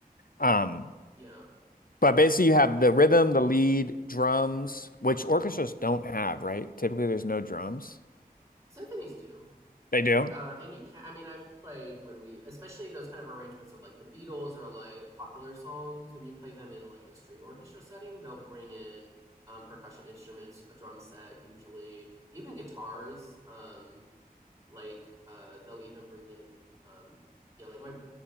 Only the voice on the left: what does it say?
Um,
but basically, you have the rhythm, the lead, drums, which orchestras don't have, right? Typically, there's no drums.
They do?